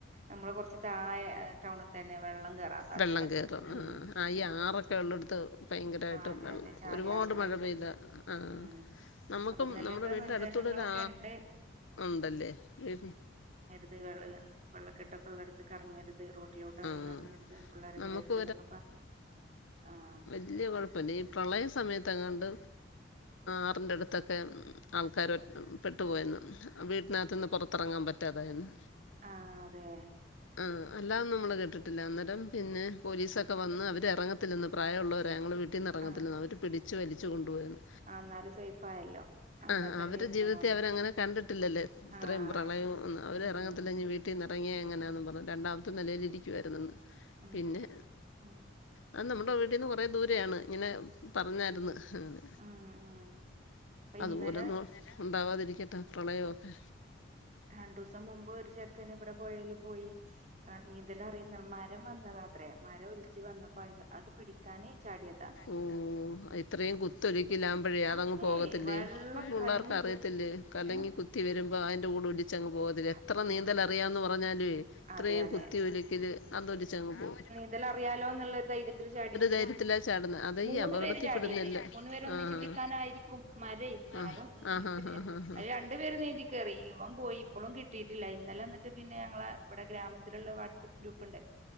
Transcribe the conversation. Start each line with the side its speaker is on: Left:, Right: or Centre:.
Right: നമ്മള് കൊറച്ച് താഴെ ടൗണിൽ തന്നെ വെള്ളം കയറാൻ സാധ്യതുണ്ട്
Left: വെള്ളം കയറും
Right: ഉം
Left: ആഹ് ആഹ് ഈ
Right: ആ
Left: ആറൊക്കെ ഉള്ളെടുത്ത് ഭയങ്കരമായിട്ട് വെള്ളം
Right: അതെ അതെ ചാലിയാറിന്റെ
Left: ഒരുപാട് മഴ പെയ്താല് ആഹ്
Right: ഉം
Left: നമ്മുക്കും
Right: അപ്പൊ ഇന്നലെയൊക്കെ
Left: നമ്മുടെ വീട്ടന്റെ
Right: നിർദ്ദേശങ്ങളൊക്കെ
Left: അടുത്തടൊരാ
Right: ഉണ്ട്
Left: ഉണ്ടല്ലേ വീ
Right: അത് വിള വെള്ളക്കെട്ടൊക്കെള്ളടുത്ത് കറങ്ങരു ത് റോട്ടിലോട്ട് അങ്ങനെ
Left: ആഹ്
Right: ഇറങ്ങരുത് പിള്ളേരെ
Left: നമുക്ക്
Right: വിടരുത് എന്നൊക്കെ പറഞ്ഞു ആഹ്
Left: വല്യ കുഴപ്പമില്ല ഈ പ്രളയ സമയത്ത്ങ്ങാണ്ട് ആറിൻ്റെ അടുത്തൊക്കെ ആൾക്കാര് പെട്ടുപോയന്നു വീട്ടിനകത്തു നിന്ന് പുറത്തിറങ്ങാൻ പറ്റാതായന്നു
Right: ആഹ് അതെ
Left: ആഹ് അല്ലാതൊന്നും നമ്മള് കേട്ടിട്ടില്ല അന്നേരം പിന്നെ പോലീസൊക്കെ വന്ന് അവര് ഇറങ്ങത്തില്ലന്ന് പ്രായമുള്ളവര ഞങ്ങള് വി ട്ടീന്ന് ഇറങ്ങത്തില്ലെന്ന്
Right: ആ
Left: അവര് പിടിച്ച് വലിച്ചു കൊണ്ടുപോയന്ന്
Right: ആ എന്നാല് സേഫ് ആയല്ലോ അതിനകത്ത്
Left: ആഹ്
Right: തന്നെ
Left: അവരു
Right: ഇരുന്നതോണ്ട്
Left: ജീവിതത്തി അവരങ്ങനെ കണ്ടിട്ടില്ലല്ലേ ഇത്രയും
Right: ആഹ്
Left: പ്രളയവും
Right: അതെ
Left: ഒന്നും അവര്
Right: ഉം
Left: ഇറങ്ങത്തില്ലെങ്‌ വീട്ട് ട്ടിനിറങ്ങിയ എങ്ങനാന്ന് പറഞ്ഞ് രണ്ടാമത്തെ നിലയിലിരിക്കുവായിരുന്നെന്ന്
Right: അതെ
Left: പിന്നെ
Right: ഉം
Left: അത് നമ്മുടെ വീട്ടീന്ന് കുറേ ദൂരെയാണ് ഇങ്ങനെ പറഞ്ഞായിരുന്നു അങ്ങനെ
Right: ഉം ഉം ഇപ്പൊ ഇന്നലെ
Left: അതുപോലൊന്നും ഉണ്ടാവാതിരിക്കട്ടെ പ്രളയമൊക്കെ
Right: രണ്ടു ദിവസം മുമ്പ് ഒരു ചെക്കന് ഇവിടെ പോയേൽ പോയി ആ നീന്തല് അറിയുന്ന മരം വന്നതാത്രേ മരം ഒലിച്ച് വന്നപ്പോ അതി അത് പിടിക്കാന് ചാടിയതാണ്
Left: ഓഹ് ഇത്രയും കുത്തൊഴുക്കിലാകുമ്പഴേ അതങ്ങ്
Right: അതെ
Left: പോകത്തില്ലേ
Right: വെള്ളം
Left: പിള്ളേർക്ക്
Right: കലങ്ങി
Left: അറിയ
Right: കു
Left: ത്തില്ലി കലങ്ങി
Right: ഏഹ്
Left: കുത്തി വരുമ്പോ അതിന്റെ കൂടെ ഒലിച്ചങ്ങ് പോക എത്ര
Right: അതെ നീ
Left: നീന്തൽ അറിയാന്ന് പറഞ്ഞാല് ഇത്രയും
Right: അതെ അതെ
Left: കുത്തി ഒലക്കില് അതൊരു ചങ്ങ് പോവും
Right: നിന്നല് അറിയാലോ എന്നുള്ളരു ധൈര്യത്തിൽ ചാടി
Left: ധൈര്യത്തിലാ
Right: മൂന്ന്
Left: ചാടുന്നെ അതാ
Right: മൂന്ന്
Left: ഈ അപകടത്തിൽപ്പെടുന്നതെല്ലാം
Right: പേര് ചാടിയുന്നേ മൂന്ന് പേര് ഒന്നിച്ച്
Left: ആഹ്
Right: പിടിക്കാനായിരിക്കും മരം
Left: ആഹ്
Right: മരം ഉ
Left: ആഹ് ആഹ്
Right: പിന്നെ
Left: ആഹ് ആഹ്
Right: അത് രണ്ടു പേര് നീന്തി കയറി ഇവൻ പോയി ളും കിട്ടിട്ടില്ല ഇന്നലെന്നിട്ട് പിന്നെ ഞങ്ങളെ ഇവിടെ ഗ്രാമത്തിലുള്ള വാട്സ്ആപ്പ് ഗ്രൂപ്പുണ്ട്